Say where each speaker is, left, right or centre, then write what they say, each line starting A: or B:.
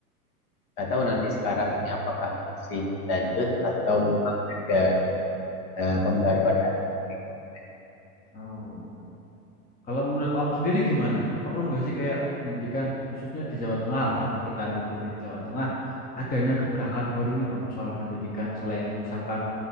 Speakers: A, on the left (about 40°); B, on the left (about 20°).
A: Nggak tahu nanti sekarang ini apakah masih dilanjut atau memang ada eh, pembaruan lagi ke kurikulum.
B: Oh. Kalau menurut Om sendiri gimana? Perlu nggak sih kayak pendidikan khususnya di Jawa Tengah lah, karena kita lingkupnya di Jawa Tengah, adanya gebrakan baru nih Om soal pendidikan selain misalkan